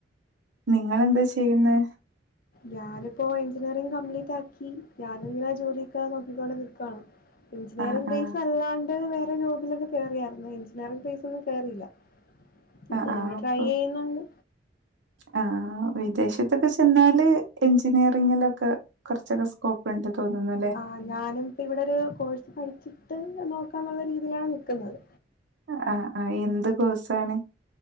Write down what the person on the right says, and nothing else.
നിങ്ങളെന്താ ചെയ്യുന്നെ?
ആഹ് ആഹ്
ആഹ്
ആഹ് അപ്പൊ
അഹ് ആഹ് വിദേശത്തൊക്കെ ചെന്നാല് എഞ്ചിനീയറിങ്ങിലൊക്കെ കൊർച്ചൊക്കെ സ്കോപ്പ്ണ്ട് തോന്ന് ണ്ലെ
ആഹ് ആഹ് ആഹ് എന്ത് കോഴ്സാണ്?